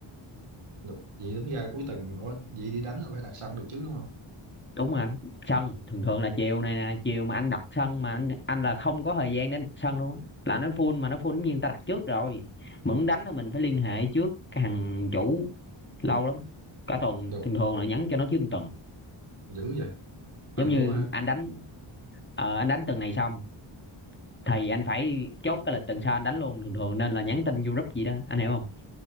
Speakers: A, on the right; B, on the left.
A: được vậy tính ra cuối tuần ủa vậy đi đánh là phải đặt sân được chứ đúng không
B: đúng rồi anh sân thường thường là chiều này nè chiều mà anh đặt sân mà anh, anh là không có thời gian để anh đặt sân luôn á là nó full mà nó full giống như người ta đặt trước rồi mà muốn đánh là mình phải liên hệ trước cái thằng chủ lâu lắm cả tuần
A: được
B: thường thường là nhắn cho nó trước một tuần
A: dữ vậy tuần
B: giống như
A: luôn hả
B: anh đánh ờ, anh đánh tuần này xong thì anh phải chốt cái lịch tuần sau anh đánh luôn thường thường nên là nhắn tin vô group gì đó anh hiểu không